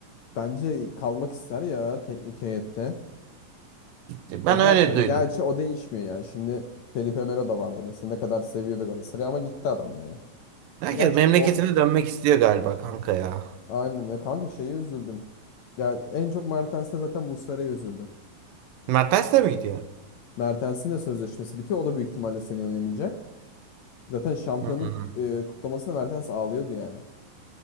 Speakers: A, on the left; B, on the right.
A: bence kalmak ister ya teknik heyette.
B: Ben
A: E gerçi,
B: öyle duydum.
A: gerçi o değişmiyor yani. Şimdi Felipe Melo da vardı mesela. Ne kadar seviyordu Galatasaray'ı ama gitti adam yani.
B: Herkes
A: Gerçi
B: memleketine
A: o
B: dönmek istiyor galiba kanka ya.
A: aynen ya kanka şeye üzüldüm. Ya en çok Mertens'te zaten Muslera'ya üzüldüm.
B: Mertens de mi gidiyor?
A: Mertens'in de sözleşmesi bitiyor. O da büyük ihtimalle seneye oynamayacak. Zaten şampiyonluk
B: Hmm.
A: e, kutlamasında Mertens ağlıyordu yani.